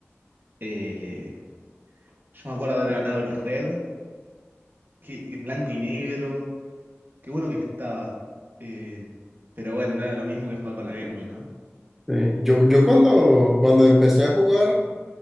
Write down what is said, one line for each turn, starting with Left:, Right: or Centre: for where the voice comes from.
Right: Eh, yo me acuerdo haber ganado el Red, que- en blanco y negro. Qué bueno que estaba. Eh, pero bueno, no era lo mismo que jugar con la Game Boy, ¿no?
Centre: Sí, Yo, yo cuando, cuando empecé a jugar.